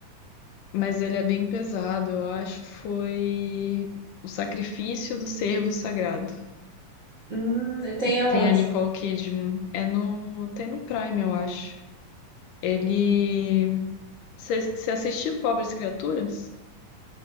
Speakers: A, on the left (about 80°); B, on the right (about 55°).
A: mas ele é bem pesado, eu acho. Foi O Sacrifício do Servo Sagrado.
B: Hum, tem aonde?
A: Tem a Nicole Kidman. É no. Tem no Prime, eu acho. Ele. Você você assistiu Pobres Criaturas?